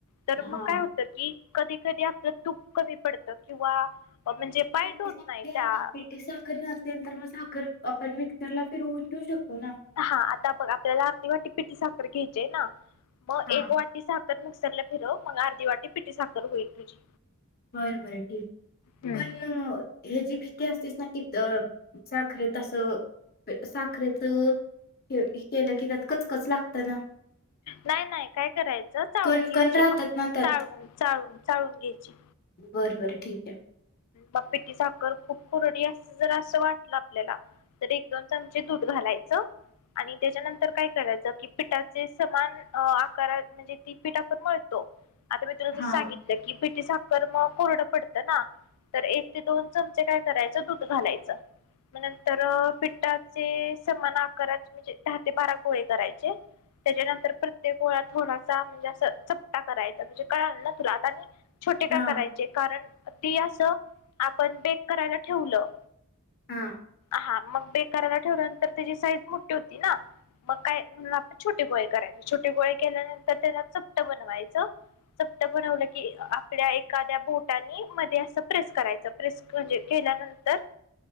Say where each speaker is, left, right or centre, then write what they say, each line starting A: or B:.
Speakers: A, on the left; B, on the left.
A: तर
B: हा
A: मग
B: हा
A: काय होत की कधी कधी आपलं तूप कमी पडतं किंवा म्हणजे बाईंड
B: पीटी
A: होत
B: साखर
A: नाही त्या
B: पीटी साखर घाल असल तर मग साखर आपण मिक्सरला फिरवून येेऊ शकतो ना.
A: हा आता बघ आपल्याला अर्धी वाटी पिटी साखर घ्यायचेय ना मग
B: हा
A: एक वाट पिटी साखर नुकसरला फिरव मग अर्धी वाटी पिटी साखर होईल तुझी.
B: बरं बरं ठीक
A: हम्म
B: पण, ह्याची भिकती असतेस ना की साखरे तसं साखरेचं केलं की त्यात कचकच लागतं ना.
A: नाही नाही काय करायचं चाळून
B: कणकण
A: घ्यायची
B: राहतात
A: मग
B: ना त्यात
A: चाळून चाळून चाळून घ्यायची.
B: बरं बर ठीक आहे
A: म पितीी साखर खूप कुरडी अस जरा असं वाटलं आपल्याला तर एक दोन चमचे दूध घालायचं आणि त्याच्यानंतर काय करायचं कि पिठाचे समान आकार म्हणजे ती पी टाकण मळतो आता मी तुन
B: हा
A: जं सांगितलं की बिटी सा हकरर् म कोरडं पडतं ना तर एक ते दोन चमचे काय करायचं दूध घालायचं म नंतर पिठाचे समान आकाराचे म्हणजे दहा ते बारा गोहे करायचे त्याच्यानंतर प्रत्येक ोळा थोडासा म्हणजे असं चपटा करायचा म्हणजे कळाल ना तुला आता आणि छोटे काय
B: हा
A: करायचे कारण ती असं आपण बेक करायला ठेवलं
B: हा
A: हा मग बे करायला ठेवल्यानंतर त्याची साईज मोठी होती ना मग काय म्हणून आपण छोटी गोळी करायची छोटी गोळी केल्यानंतर त्याना चपट बनवायचं सप्त बनवलं की आपल्या एखाद्या बोटानी मध्ये प्रेस करायचं प्रेस म्हणजे केल्यानंतर